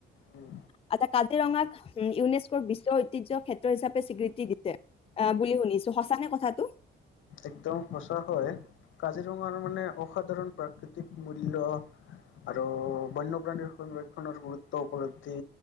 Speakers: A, on the left; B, on the left.
A: উম।
B: আ, কাজিৰঙাক ইউনেস্কয় বিশ্ব ঐতিহ্য‌ ক্ষেত্ৰ হিচাপে স্বীকৃতি দিছে, আহ' বুলি শুনিছো সঁচা নে কথাটো।
A: একদম সচা হয়, কাজিৰঙাৰ মানে অসাধাৰণ প্ৰাকৃতিক মূল্য আৰু বন্যপ্ৰাণীৰ সংৰক্ষণৰ গুৰুত্ব উপলব্ধি